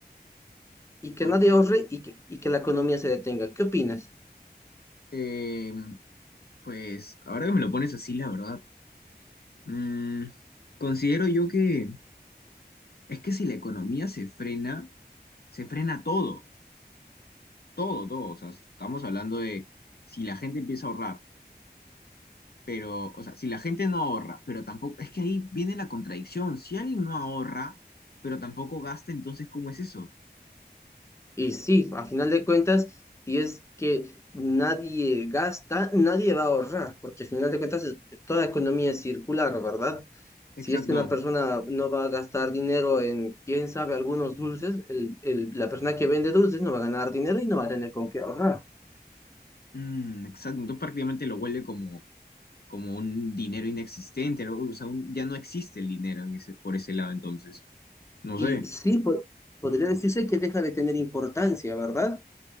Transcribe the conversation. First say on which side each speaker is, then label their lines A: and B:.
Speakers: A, on the left; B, on the left.
A: y que
B: ok.
A: nadie ahorre y que, y que la economía se detenga. ¿Qué opinas?
B: Eh, pues ahora que me lo pones así, la verdad, mm, considero yo que es que si la economía se frena, se frena todo, todo, todo. O sea, estamos hablando de si la gente empieza a ahorrar. pero, o sea, si la gente no ahorra, pero tampoco, es que ahí viene la contradicción. Si alguien no ahorra, pero tampoco gasta, entonces, ¿cómo es eso?
A: Y sí, a final de cuentas, si es que nadie gasta, nadie va a ahorrar, porque a final de cuentas es- toda economía es circular, ¿verdad?
B: Exacto.
A: Si es que una persona no va a gastar dinero en, quién sabe, algunos dulces, el, el- la persona que vende dulces no va a ganar dinero y no va a tener con qué ahorrar.
B: Mm, exacto. Entonces prácticamente lo vuelve como, como un dinero inexistente, ¿no? o sea, un- ya no existe el dinero en ese, por ese lado, entonces. No
A: Y
B: sé.
A: sí, po- podría decirse que deja de tener importancia, ¿verdad?